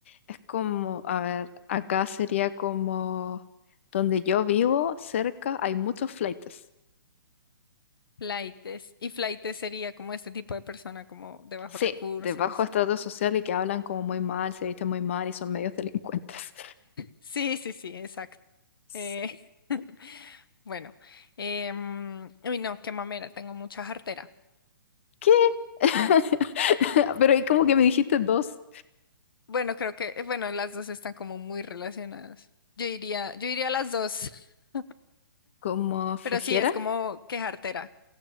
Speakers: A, on the left (about 30°); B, on the left (about 70°).
A: Es como, a ver, acá sería como donde yo vivo, cerca, hay muchos flaites.
B: flaites. Y flaites sería como este tipo de persona, como de bajos
A: Sí,
B: recursos.
A: de bajo estrato social y que hablan como muy mal, se visten muy mal y son medios <laughs> delincuentes.
B: Sí, sí, sí, exacto.
A: S-
B: Eh, <laughs> bueno, em, uy, no, qué mamera, tengo mucha jartera.
A: ¿Qué? <laughs> Pero ahí como que me dijiste dos,
B: Bueno, creo que, eh, bueno, las dos están como muy relacionadas. Yo iría, yo iría a las dos, <laughs>
A: como flojera.
B: pero sí, es como que jartera.